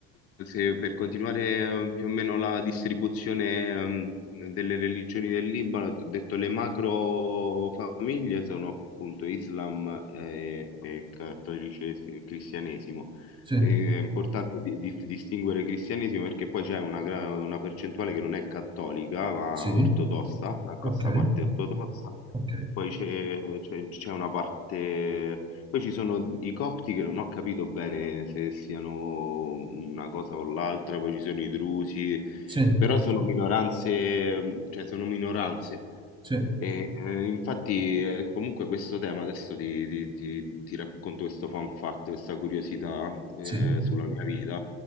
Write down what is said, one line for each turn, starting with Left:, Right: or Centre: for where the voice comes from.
Left: eh, se per continuare eh, più o meno la distribuzione ehm, delle religioni del Libano, ti ho detto le macro famiglie sono appunto Islam e, e cattolicesimo e cristianesimo.
Right: sì,
Left: E È importante di- di- distinguere cristianesimo perché poi c'è una, gra- una percentuale che non è cattolica, ma
Right: sì,
Left: ortodossa, una grossa
Right: ok,
Left: parte ortodossa.
Right: ok,
Left: Poi c'è c'è- c'è una parte poi ci sono i copti che non ho capito bene se siano una cosa o l'altra, poi ci sono i drusi,
Right: sì,
Left: però sono minoranze, mh, cioè sono minoranze.
Right: sì,
Left: E, eh, infatti, eh, comunque questo tema, adesso ti, ti- ti- ti racconto questo fun fact, questa curiosità eh,
Right: sì,
Left: sulla mia vita,